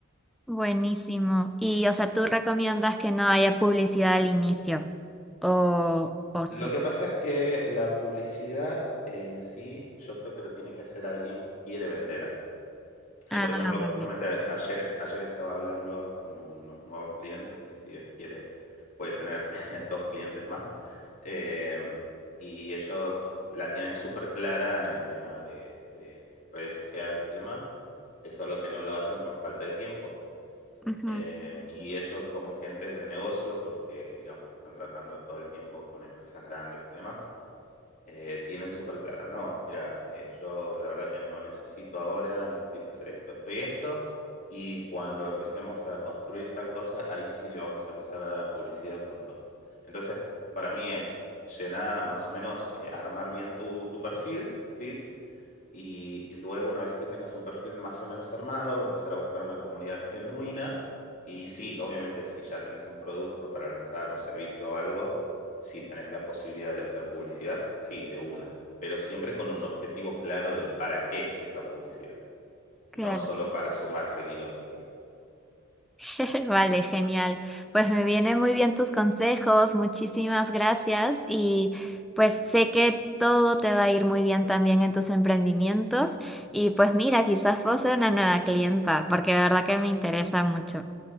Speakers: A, in the centre; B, on the left.
A: Buenísimo. Y, o sea, ¿tú recomiendas que no haya publicidad al inicio? ¿O, o sí?
B: Lo que pasa es que la publicidad en sí, yo creo que lo tiene que hacer alguien que quiere vender algo.
A: Ah,
B: Eh, por ejemplo,
A: vale.
B: justamente a- ayer, ayer estaba hablando con unos nuevos clientes que si Dios quiere voy a tener <laughs> dos clientes más. Eh, y ellos la tienen súper clara en el tema de, de redes sociales y demás. Es solo que no lo hacen por falta de tiempo.
A: Ujú.
B: Eh, y ellos como gentes de negocio, porque digamos están tratando todo el tiempo con empresas grandes y demás eh, tienen súper clara, no, mira, eh, yo la verdad que no necesito ahora, necesito hacer esto, esto y esto, y cuando empecemos a construir tal cosa, ahí sí le vamos a empezar a dar a publicidad con todo. Entonces, para mí es llenar, más o menos, eh, armar bien tu, tu perfil, tu feed, y, y luego una vez que tengas un perfil más o menos armado, empezar a buscar una comunidad genuina y sí, obviamente si ya tenés un producto para lanzar, un servicio o algo, si tenés la posibilidad de hacer publicidad, sí, de una, pero siempre con un objetivo claro del para qué esa publicidad,
A: Claro.
B: no solo para sumar seguidores, digamos.
A: <laughs> Vale, genial. Pues me vienen muy bien tus consejos, muchísimas gracias y pues sé que todo te va a ir muy bien también en tus emprendimientos y pues mira, quizás vos seas una nueva clienta porque de verdad que me interesa mucho.